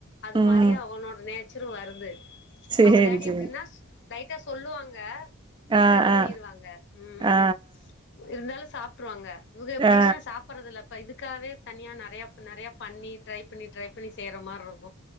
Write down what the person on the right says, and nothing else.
ம்
சேரி
சேரி
ஆ
ஆ
ஆ
ஆ ஆ